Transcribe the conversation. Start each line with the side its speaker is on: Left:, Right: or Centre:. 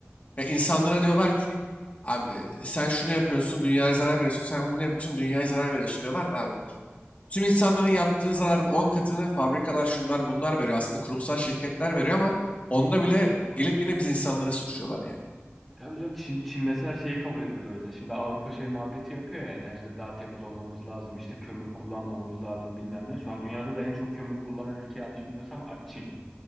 Left: Ya insanlara diyorlar ki abi sen şunu yapıyorsun dünyaya zarar veriyorsun sen bunu yapıyorsun dünyaya zarar veriyorsun diyorlar da abi. Tüm insanların yaptığı zararın 10 katını fabrikalar şunlar bunlar veriyor. Aslında kurumsal şirketler veriyor ama onda bile gelip yine biz insanları suçluyorlar yani.
Centre: Tabii canım Çin, Çin mesela şeyi kabul etmedi o yüzden. Şimdi Avrupa şey muhabbeti yapıyor ya enerjide daha temiz olmamız lazım işte kömür kullanmamamız lazım bilmem ne. Şu an dünyada da en çok kömürü kullanan ülke yanlış bilmiyorsam A- Çin.